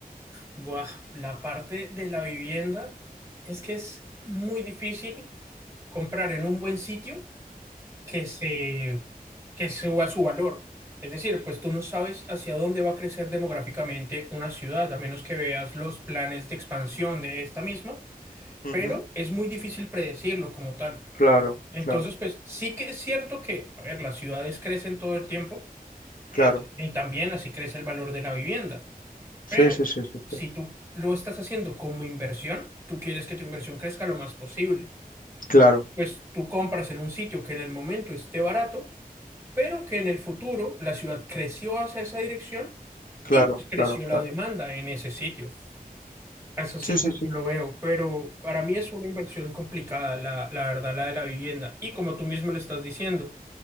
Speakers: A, on the right; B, on the left.
A: Buah, la parte de la vivienda es que es muy difícil comprar en un buen sitio que se, que suba su valor. Es decir, pues tú no sabes hacia dónde va a crecer demográficamente una ciudad, a menos que veas los planes de expansión de esta misma,
B: Ujú,
A: pero
B: ujú,
A: es muy difícil predecirlo como tal.
B: Claro,
A: Entonces,
B: claro,
A: pues sí que es cierto que, a ver, las ciudades crecen todo el tiempo, es-
B: claro.
A: y también así crece el valor de la vivienda, pero
B: Sí, sí, sí, sí,
A: si
B: sí.
A: tú lo estás haciendo como inversión, tú quieres que tu inversión crezca lo más posible.
B: Claro,
A: Pues tú compras en un sitio que en el momento esté barato pero que en el futuro la ciudad creció hacia esa dirección
B: claro,
A: y pues, creció
B: claro, claro.
A: la demanda en ese sitio. Es así
B: Sí,
A: como
B: sí, sí.
A: yo lo veo, pero para mí es una inversión complicada, la, la verdad, la de la vivienda. Y como tú mismo lo estás diciendo,